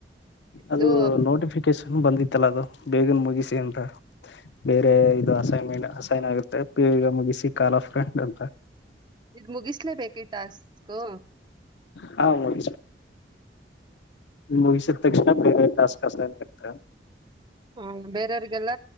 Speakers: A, on the right (about 25°); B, on the left (about 80°).
A: ಇದು
B: ಅದು ನೋಟಿಫಿಕೇಶನ್ ಬಂದಿತ್ತಲ್ಲ ಅದು ಬೇಗನ್ ಮುಗಿಸಿ ಅಂತ ಬೇರೆ ಇದು ಅಸೈನ್ಮೆಂಟ್ ಅಸೈನ್ ಆಗುತ್ತೆ ಈಗ ಮುಗಿಸಿ ಕಾಲ ಫ್ರೆಂಡ್ ಅಂತ
A: ಇದ್ ಮುಗಿಸ್ಲೇಬೇಕು ಈ ಟಾಸ್ಕು
B: ಹಾ ಮುಗ ಮುಗಿಸಿದ ತಕ್ಷಣ ಬೇರೆ ಟಾಸ್ಕ್ತ
A: ಹ ಬೇರೆಯವ್ರಿಗೆಲ್ಲ